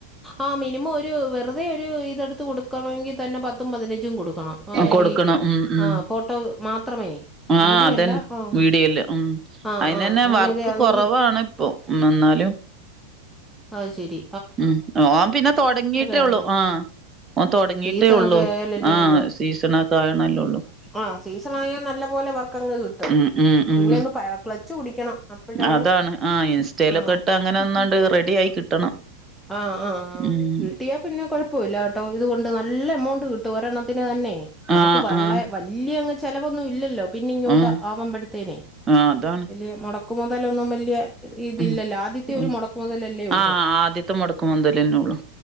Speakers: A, in the centre; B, on the right.
A: ആ മിനിമമൊരു വെറുതെയൊരിതെ ടുത്ത് കൊടുക്കണമെങ്കിത്തന്നെ പത്തും പതിനെഞ്ചും കൊടുക്കണം. ആഹ്
B: കൊടുക്കണം
A: ഈ
B: ഉം ഉം
A: ആ ഫോട്ടോ മാത്രമേ
B: ആഹ്
A: വീഡിയോ
B: അതന്നെ
A: അല്ല ആഹ്
B: വീഡിയോല് ഉം
A: ആഹ്
B: അയിനന്നെ
A: ആഹ് അങ്ങനെയൊക്കെ
B: വർക്ക്
A: ആണെങ്കിൽ
B: കൊറവാണിപ്പൊ എന്നെന്നാലും.
A: ആയിശേരി
B: ഉം ഓൻ പിന്നെ തുടങ്ങിട്ടേള്ളൂ
A: ആവണ്ടേ
B: ആ ആ തൊടങ്ങിട്ടേള്ളൂ.
A: സീസണൊക്കെ ആയാലല്ലേ
B: ആഹ്
A: ഉള്ളൂ
B: സീസണൊക്കെയാകണെല്ലേള്ളൂ.
A: ആഹ് സീസണായാൽ നല്ല പോലെ വർക്കങ്ങ് കിട്ടും.
B: ഉം ഉം ഉം
A: പിന്നെ ഒന്ന് പ ക്ളെച്ച് പിടിക്കണം. അപ്പോഴാണ്
B: അതാണ് ആഹ് ഇൻസ്റ്റയിലൊക്കെട്ട്
A: ആഹ്
B: അങ്ങനെ നിന്നോണ്ട് റെഡിയായി കിട്ടണം.
A: ആഹ് ആഹ് ആഹ്
B: ഉം
A: കിട്ടിയാ പിന്നെ കൊഴപ്പമില്ല കേട്ടോ ഇതുകൊണ്ട് നല്ല എമൗ ണ്ട് കിട്ടും. ഒരെണ്ണത്തിന് തന്നെ നമ്മുക്ക്
B: ആഹ്
A: വള
B: ആഹ്
A: വല്യയങ്ങ് ചെലവൊന്നുയില്ലല്ലോ. പിന്നയിങ്ങോട്ട്
B: ആഹ്
A: ആവമ്പെടുത്തേനെ
B: ആഹ് അതാണ്
A: വെല്യേ മെടക്ക് മൊതലൊന്നും വെല്യേ. ഇതില്ലല്ലോ.
B: ഉം
A: ആദ്യത്തെ ഒര്
B: ഉം
A: മെടക്ക് മൊതലല്ലേയൊള്ളൂ.
B: ആഹ് ആദ്യത്തെ മൊടക്ക് മുതലന്നെ ഒള്ളു